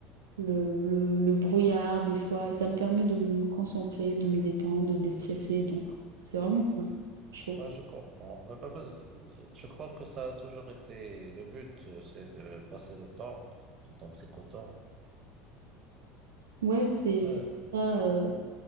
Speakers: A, on the right (about 80°); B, on the right (about 40°).
A: le, le, le brouillard des fois, et ça me permet de me concentrer, de me détendre, de déstresser. Donc, c'est vraiment cool, je trouve.
B: Moi, je comprends. Ouais, bah, bah, c'est- euh, Je crois que ça a toujours été le but, euh, c'est de passer le temps tout en tricotant.
A: Ouais, c'est
B: Ouais,
A: c'est pour ça, euh,